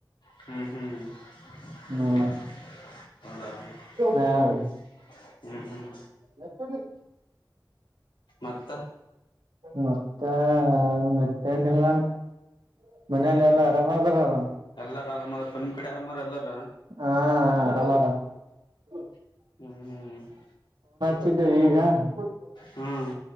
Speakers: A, on the left; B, on the right.
A: ಹ್ಮ್ ಹ್ಮ್ <unintelligible>
B: ಹ್ಮ್
A: ಹೌದ
B: ಹ
A: <unintelligible> ಹ್ಮ ಹ್ಮ್
B: <unintelligible>
A: ಮತ್ತ
B: ಮತ್ತ ಆ ಏನ್ ಇಲ್ಲ <unintelligible> ಮನೇಲಿ
A: ಹ್ಮ್
B: ಎಲ್ಲ ಆರಾಮ ಅದರಲ್ಲಣ
A: ಎಲ್ಲಾರ ಆರಾಮಾರಪ್ಪ ನಿಮ್ ಕಡೆ ಆರಾಮಾರ ಎಲ್ಲಾರ
B: ಹಾ ಆರಾಮರ <unintelligible>
A: ಹ್ಮ್
B: ಚಿದ್ದೆ ಈಗ <unintelligible>
A: ಹ್ಮ್